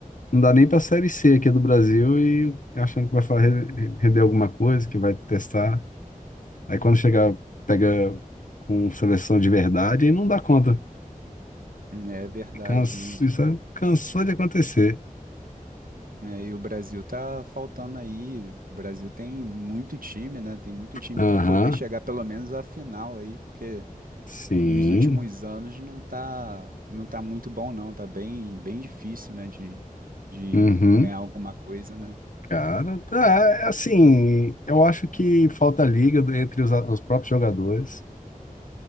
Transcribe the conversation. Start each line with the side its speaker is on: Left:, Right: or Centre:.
Left: não dá nem pra Série C aqui do Brasil e achando que vai fa- render alguma coisa, que vai testar. Aí quando chega, pega com seleção de verdade, aí não dá conta.
Right: É verdade.
Left: Cansa, isso aí cansou de acontecer.
Right: É, e o Brasil tá faltando aí. O Brasil tem muito time, né? Tem muito time
Left: Aham,
Right: para poder chegar pelo menos à final aí, porque
Left: sim.
Right: nos últimos anos não tá, não tá muito bom, não. Tá bem, bem difícil, né, de, de
Left: Uhum.
Right: ganhar alguma coisa, né?
Left: Cara, tá, é assim, eu acho que falta liga entre os, os próprios jogadores,